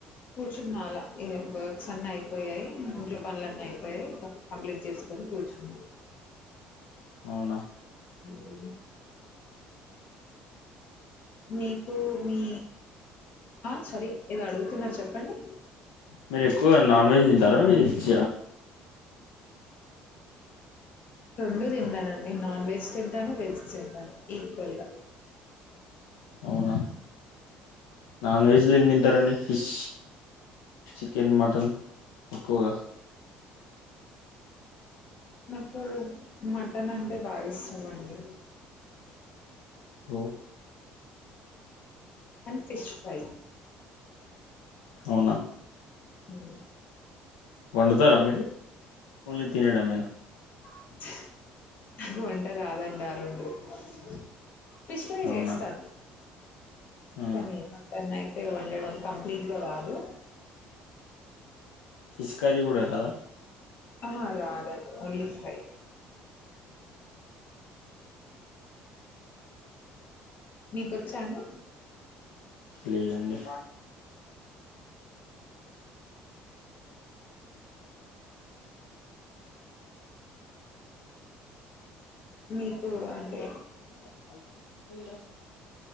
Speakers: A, on the left; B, on the left.
A: కూర్చున్న అలా ఇగ్ వర్క్స్ అన్ని అయిపోయాయ్ ఇంట్లో పనులన్నీ అయిపోయాయి కంప్లీట్ చేసుకొని కూర్చున్నా
B: అవునా
A: మ్ ఉ మీకు మీ ఆ సారీ ఏదో అడుగుతున్నారు చెప్పండి
B: మీరు ఎక్కువగా నాన్ వెజ్ తింటారా వెజ్జ
A: రోండు తింటానండి నాన్ వెజ్ తింటాను వెజ్ తింటాను ఈక్వల్గ
B: అవునా నాన్ వెజ్ లిమ్ తింటారండి ని ఫిష్, చికెన్, మటన్ ఎక్కువగా
A: నాకు మటన్ అంటే బాగా ఇష్టం అండి
B: ఒ
A: అండ్ ఫిష్ ఫ్రై
B: అవున
A: హు
B: వండుతార మీరు ఓన్లీ తినేడంమేన
A: <unintelligible> పిష్క్రీ
B: అవునా
A: చేస్తాను
B: ఆ
A: కానీ మటన్ వండడం అ కంప్లీట్గా రాదు
B: ఫిష్ కర్రీ కూడ రాద
A: ఆహా రాదండి ఓన్లీ ఫ్రై మీకొచ్చ అండి
B: లేదండి
A: మీకు అంటే
B: <unintelligible>